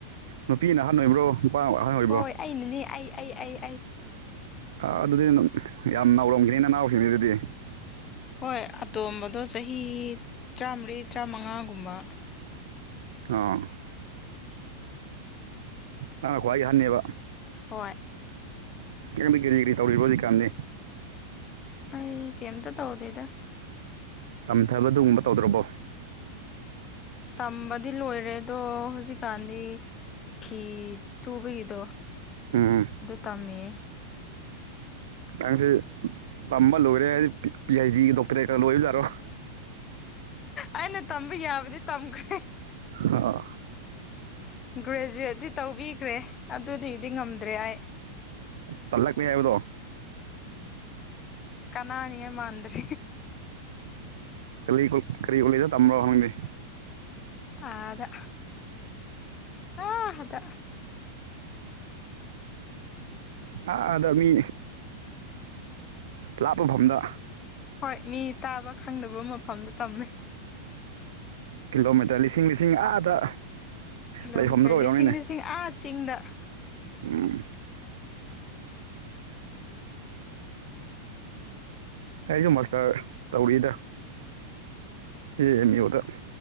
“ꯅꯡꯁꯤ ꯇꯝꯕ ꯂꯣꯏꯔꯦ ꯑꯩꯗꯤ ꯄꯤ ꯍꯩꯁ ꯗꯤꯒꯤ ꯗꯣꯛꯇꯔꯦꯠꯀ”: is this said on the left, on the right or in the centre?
Right